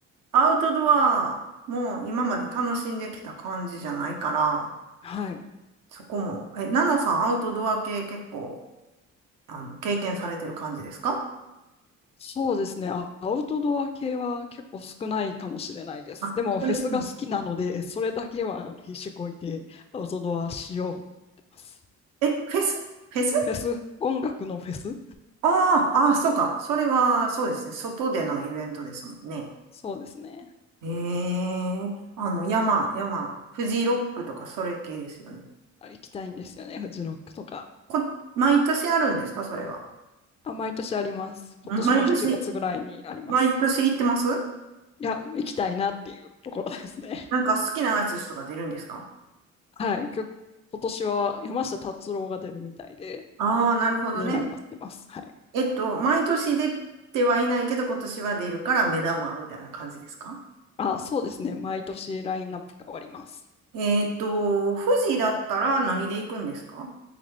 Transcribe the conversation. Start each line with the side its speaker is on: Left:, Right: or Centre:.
Right: アウトドアも今まで楽しんできた感じじゃないから、
Left: はい。
Right: そこも。え、ナナさん、アウトドア系結構、あの、経験されてる感じですか
Left: そうですね。あアウトドア系は結構少ないかもしれないです。
Right: あ、
Left: でも、
Right: それ、
Left: フェスが好きなので、
Right: うん
Left: それだけは必死こいてアウトドアしようってます。
Right: え、フェスフェス
Left: フェス、音楽のフェス
Right: ああ、ああ、そうか。それは、そうですね。外でのイベントですもんね。
Left: そうですね。
Right: ええあの、山、山、フジロックとか、それ系ですよね。
Left: あ行きたいんですよね。フジロックとか。
Right: こ、毎年あるんですかそれは。
Left: あ、毎年あります。今年も7月ぐらいにあります。
Right: ん毎年、毎年行ってます
Left: いや、行きたいなっていうところですね。
Right: なんか好きなアーティストが出るんですか
Left: <laughs> はい。きょ今年は山下達郎が出るみたいで
Right: ああー、なるほどね。
Left: 気になりますってます。はい。
Right: えっと、毎年出てはいないけど、今年は出るから目玉みたいな感じですか
Left: あ、そうですね。毎年ラインナップが変わります。
Right: えっと、富士だったら何で行くんですか